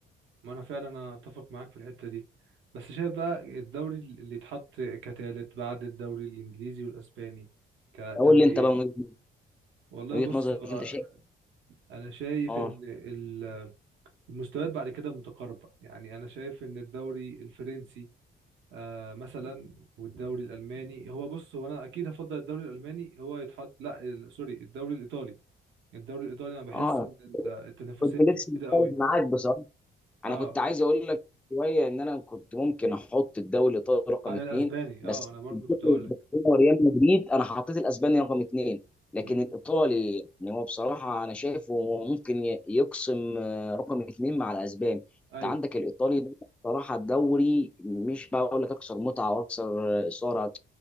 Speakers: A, on the right; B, in the centre.
A: ما انا فعلا انا اتفق معاك في الحته دي بس شايف بقى الدوري اللي يتحط كتالت بعد الدوري الانجليزي والاسباني كدوري
B: قول لي انت بقى
A: ايه؟
B: من
A: والله
B: وجهه
A: بص
B: نظرك
A: هو
B: انت شايف
A: انا شايف
B: اه
A: ان ال- المستويات بعد كده متقاربه يعني انا شايف ان الدوري الفرنسي آه مثلا والدوري الالماني هو بص هو انا اكيد هفضل الدوري الالماني هو يتحط لا ال- سوري الدوري الايطالي الدوري الايطالي انا بحس
B: اه
A: ان ال- التنافسيه
B: كنت
A: فيه
B: لسه مختلف
A: كده قوي
B: معاك بصراحه
A: اه
B: انا كنت عايز اقول لك شويه ان انا كنت ممكن احط الدوري الايطالي رقم
A: عن
B: اثنين
A: الاسباني
B: بس
A: اه انا برضه
B: الفكرة
A: كنت هقول لك
B: إن هو ريال مدريد انا حطيت الاسباني رقم اثنين لكن
A: امم
B: الايطالي يعني هو بصراحه انا شايفه هو ممكن ي- يقسم آه، رقم اثنين مع الاسباني
A: ايوه
B: انت عندك الايطالي ده بصراحه الدوري مش بقول لك اكثر متعه واكثر آه، اثاره